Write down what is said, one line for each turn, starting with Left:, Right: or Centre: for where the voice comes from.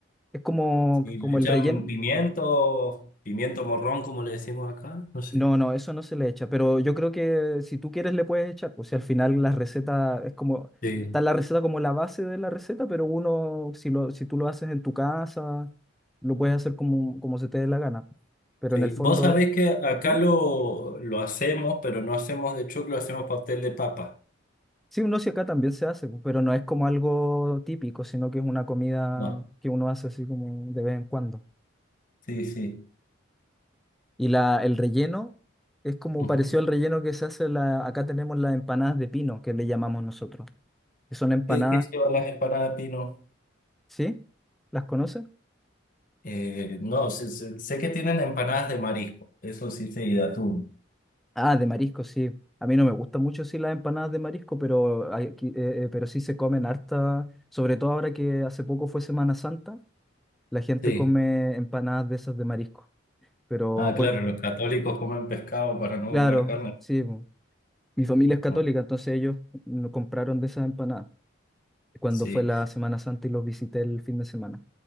Centre: Es como,
Left: Sí,
Centre: como
Left: le echan
Centre: el relleno,
Left: pimiento, pimiento morrón, como le decimos acá. No sé.
Centre: No, no, eso no se le echa, pero yo creo que si tú quieres le puedes echar, pues si al final la receta es como,
Left: Sí,
Centre: está la receta como la base de la receta, pero uno, si lo, si tú lo haces en tu casa, lo puedes hacer como, como se te dé la gana. Pero
Left: sí.
Centre: en el fondo,
Left: Vos sabés que acá
Centre: sí,
Left: lo, lo hacemos, pero no hacemos de choclo, hacemos pastel de papa.
Centre: sí, uno sí acá también se hace, pues, pero no es como algo típico, sino que es una comida
Left: No.
Centre: que uno hace así como de vez en cuando.
Left: Sí, sí.
Centre: Y la, el relleno es como
Left: Ujú.
Centre: pareció al relleno que se hace la, acá tenemos las empanadas de pino, que le llamamos nosotros, que son empanadas
Left: ¿Qué, qué llevan las empanadas de pino?
Centre: ¿Sí? ¿Las conoce?
Left: Eh, no, sé, sé- sé que tienen empanadas de marisco, eso sí, sí, de atún.
Centre: Ah, de marisco, sí. A mí no me gustan mucho sí las empanadas de marisco, pero hay aquí- eh, eh, pero sí se comen harta, sobre todo ahora que hace poco fue Semana Santa, la gente
Left: Sí.
Centre: come empanadas de esas de marisco. Pero
Left: Ah, claro,
Centre: por-
Left: los católicos comen pescado para no
Centre: claro,
Left: comer carne.
Centre: sí, bu. mi familia
Left: Ajá.
Centre: es católica, entonces ellos no compraron de esas empanadas cuando
Left: Sí.
Centre: fue la Semana Santa y los visité el fin de semana.